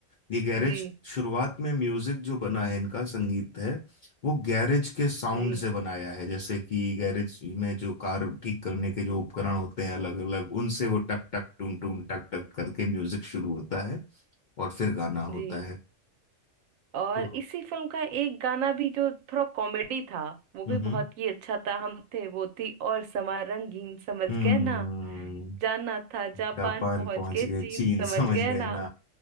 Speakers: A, on the left; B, on the right.
A: ये गैरेज
B: जी
A: शुरुआत में म्यूजिक जो बना है इनका संगीत है वो गैरेज के साउंड
B: जी
A: से बनाया है जैसे कि गैरेज में जो कार ठीक करने के जो उपकरण होते हैं अलग अलग उनसे वो टक टक टून टून टक टक करके म्यूजिक शुरू होता है और फिर गाना
B: जी
A: होता है
B: और
A: तो
B: इसी फिल्म का एक गाना भी जो थोड़ा कॉमेडी था वो भी
A: हम्म
B: बहुत ही अच्छा था हम थे वो थी और समा रंगीन समझ
A: हम्म
B: गए ना जाना था जापान
A: जापान
B: पहुंच
A: पहुंच
B: गए
A: गए
B: चीन
A: चीन
B: समझ
A: समझ
B: गए
A: गए
B: ना
A: ना